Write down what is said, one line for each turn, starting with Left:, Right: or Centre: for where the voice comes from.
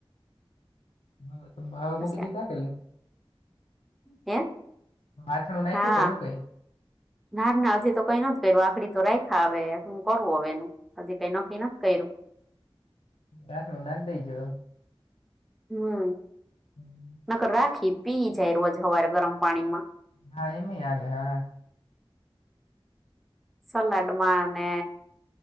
Left: હા તો મારે
Centre: પછી
Left: મૂકી ને કા ગયેલી
Centre: હે.
Left: બાથણું નાયખુ
Centre: હા
Left: કે હુ કઈ.
Centre: ના ના હજી તો કઈ નથી કર્યું આખડી તો રાયખા અવે હું કરવું હવે એનું. હજી કઈ નકી નથી કર્યું.
Left: રાતણું નાખી દઈજો.
Centre: હમ.
Left: હમ.
Centre: નકર રાખી પી જાય રોજ હવારે ગરમ પાણીમા
Left: હા એમય હાલે હા.
Centre: સલાડમા ને